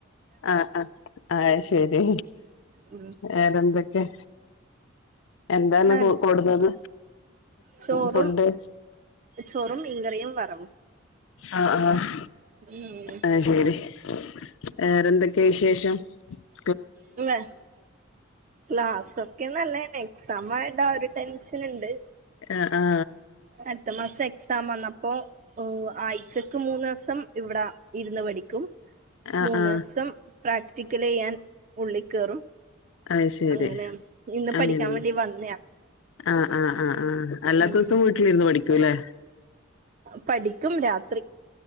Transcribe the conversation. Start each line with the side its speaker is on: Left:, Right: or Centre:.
Left: ആഹ് ആ ആഹ് ശരി
Right: ഉം
Left: വേറെന്തൊക്കെ എന്താണ്
Right: ന്നാണ്
Left: കൊടുന്നത് <inaudible>
Right: ചോറും
Left: ഫുഡ്
Right: ചോറും മീൻ കറിയും വറവും
Left: ആഹ് ആഹ്
Right: ഉം
Left: അയ് ശെരി വേറെ ന്തക്കെയാ വിശേഷം ഉം <inaudible>
Right: <unintelligible> ക്ലാസ്സൊക്കെ നലേ എക്സമായൊണ്ട് ആ ഒരു ടെൻഷൻ ഒണ്ട്
Left: ആ ആ
Right: അടുത്ത മാസം എക് സാം വന്നപ്പോ ഓ ആഴ്ചക്ക് മൂന്നാസം ഇവിട ഇരുന്ന് പഠിക്കും
Left: ആ
Right: മൂന്ന്സം
Left: ആ
Right: പ്രാക്ടിക്കല് ചെയ്യാൻ ഉള്ളിക്കേറും
Left: ആ ശരി
Right: അങ്ങനെ ഇന്ന്
Left: അങ്ങനെയാണ്
Right: പഠിക്കാൻ വേണ്ടി വന്നയാ
Left: ആ ആഹ ആ എല്ലാത്ത
Right: ഉം
Left: ദിവസം വീട്ടിലിരുന്നു പഠിക്കൂല്ലെ
Right: പഠിക്കും രാത്രി